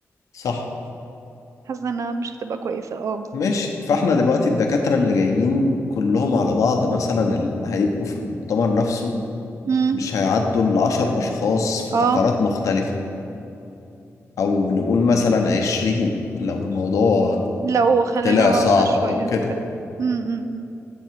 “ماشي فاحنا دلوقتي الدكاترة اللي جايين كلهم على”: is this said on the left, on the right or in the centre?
Left